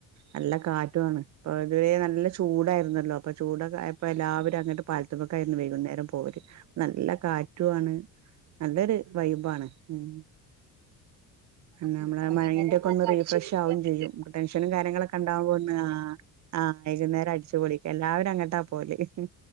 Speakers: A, on the right; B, on the right.
A: നല്ല കാറ്റുവാണ് ഇപ്പൊ ഇതുവരെ നല്ല ചൂടായിരുന്നല്ലോ അപ്പൊ ചൂടൊക്കെയായപ്പൊ എല്ലാവരും അങ്ങോട്ട് പാല് ത്തുമ്മക്കായിരുന്നു വൈകുന്നേരം പോവല് നല്ല കാറ്റുവാണ്. നല്ലൊരു
B: ഉം
A: വൈബാണ് ഉം പിന്നെ
B: അപ്പം
A: അമ്മളെ
B: വൈകുന്നേരം
A: മൈൻന്റോക്കെ
B: ഞങ്ങളൊക്കെ
A: ഒന്ന്
B: അടിച്ചു
A: റീഫ്രഷ്
B: പൊളിക്കാൻ
A: ആവും
B: പറ്റും
A: ചെയ്യും മ്മക്ക്‌ ടെൻഷനും കാര്യങ്ങളൊക്കെണ്ടാവോന്ന് ആഹ്‌ ആഹ് വൈകുന്നേരം അടിച്ചു പൊളിക്ക എല്ലാവരും അങ്ങട്ടാ പോവല് ഹ്‌